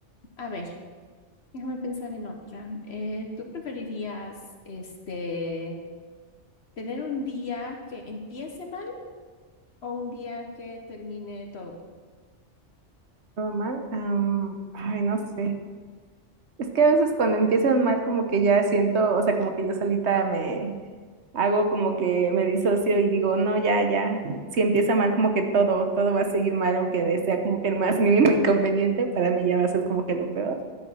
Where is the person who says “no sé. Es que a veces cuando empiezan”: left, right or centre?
Right